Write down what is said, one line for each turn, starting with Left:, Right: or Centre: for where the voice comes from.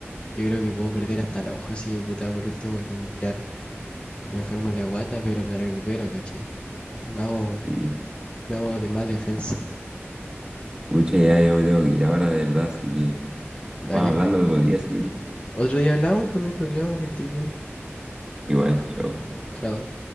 Left: yo creo que puedo perder hasta el ojo, así que puta, por último limpiar. Me enfermo en la guata, pero me recupero, ¿cachai? Me hago,
Right: Y
Left: me hago de más defensa.
Right: pucha, ya yo me tengo que ir ahora, de verdad, así que
Left: Dale.
Right: vamos hablando otro día si querés.
Left: Otro día hablamos, pues no hay problema, que estoy bien.
Right: Igual, chao.
Left: Chao.